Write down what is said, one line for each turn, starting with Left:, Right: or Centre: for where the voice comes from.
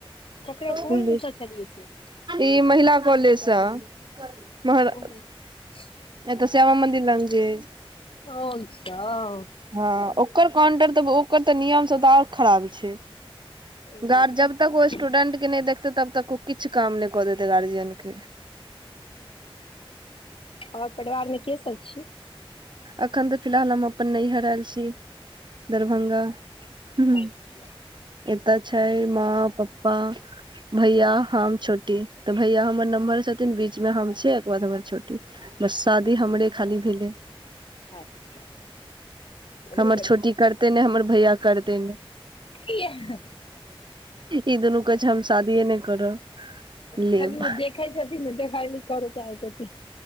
Left: ककरा कोन
Right: बुली।
Left: स छलियै से
Right: ई महिला कॉलेजस महरा
Left: ओ <inaudible>
Right: ए तऽ श्याम मन्दिर ल जे।
Left: ओ इसब
Right: हँ ओकर काउंटर तऽ ओकर तऽ नियम सब तऽ आओर खराबी छैय।
Left: ओ
Right: गार्
Left: तऽ दिक्कत
Right: जब तक
Left: बड़
Right: ओ स्टूडेंट के नहि देखते तब तक ओ किछु काम नहि कऽ देते गार्जियन के।
Left: और परिवारमे के सब छी?
Right: अखन तऽ फिलहाल हम अपन नैहर आयल छी दरभंगा। ए
Left: अच्छा
Right: तऽ छै माँ पप्पा। भैया हम छोटी त। भैया हमर नम्हर छथिन बीच मे हम छियै एके बाद हमर छोटी बस शादी हमरे खाली भेलेय।
Left: अच्छा। चलू
Right: हमर
Left: बढ़िआँ
Right: छोटी करतै नै हमर भैया करतै नै।
Left: कियाह।
Right: ई दुनू कहै छैय हम शादीये नइ करब।
Left: चलू
Right: लेब
Left: ओ देखय छथिन नै तै सादी न करो चाहे छथिन।